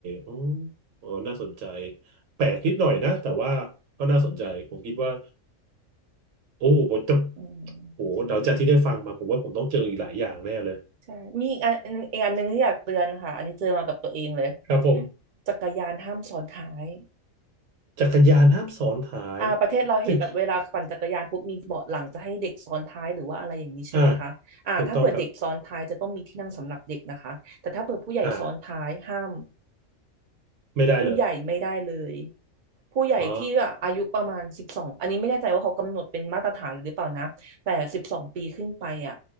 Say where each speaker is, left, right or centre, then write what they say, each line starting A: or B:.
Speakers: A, on the right; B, on the right.
A: อ๋ออ๋อน่าสนใจแปลกนิดหน่อยนะแต่ว่าก็น่าสนใจผมคิดว่าโอ้ผมจะ
B: อืม
A: โอ้เดาจากที่ได้ฟังมาผมว่าผมต้องเจออีกหลายอย่างแน่เลย
B: ใช่ใช่มีอีกอันอีกอันหนึ่งที่อยากเตือนค่ะอันนี้เจอมากับตัวเองเลย
A: <laughs> ครับผม
B: จักรยานห้ามซ้อนท้าย
A: จักรยานห้ามซ้อนท้าย
B: อ่าประเทศเราเห็นแบบเวลาปั่นจักรยานปุ๊บมีเบาะหลังจะให้เด็กซ้อนท้ายหรือว่าอะไรอย่างนี้ใช่ไหมคะอ่าถ้าเผื่อเด็กซ้อนท้ายจะต้องมีที่นั่งสำหรับเด็กนะคะแต่ถ้าเผื่อผู้ใหญ่ซ้อนท้ายห้าม
A: ถึงอ่าถูกต้องครับอ่าไม่ได้เลย
B: ผู้ใหญ่ไม่ได้เลยผู้ใหญ่ที่แบบอายุประมาณสิบสองอันนี้ไม่แน่ใจว่าเขากำหนดเป็นมาตรฐานหรือเปล่านะแต่สิบสองปีขึ้นไปอ่ะ
A: อ๋อ